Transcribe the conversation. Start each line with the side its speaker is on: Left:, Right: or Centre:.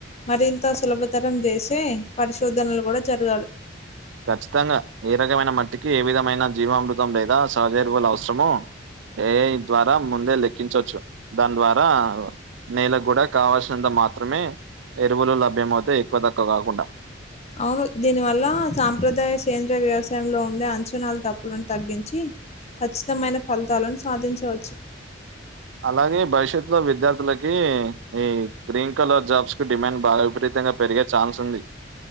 Left: మరింత సులభతరం చేసి పరిశోధనలు కూడా జరగాలి
Right: ఖచ్చితంగా ఏ రకమైన మట్టికి ఏ విధమైన జీవామృతం లేదా సహజరువుల అవసరము ఏఐ ద్వారా ముందే లెక్కించవచ్చు దాని ద్వారా నేలకు కూడా కావాల్సినంత మాత్రమే ఎరువులు లభ్యమవుతే ఎక్కువ తక్కువ కాకుండా
Left: అవును దీని వల్ల సాంప్రదాయ సేంద్రయ వ్యవసాయంలో ఉండే అంచనలు తప్పులను తగ్గించి ఖచ్చితమైన ఫలితాలను సాధించవచ్చు
Right: అలాగే భవిష్యత్ లో విద్యార్థులకి ఈ గ్రీన్ కలర్ జాబ్స్ కి డిమాండ్ బాగా విపరీత గా పెరిగే ఛాన్స్ ఉంది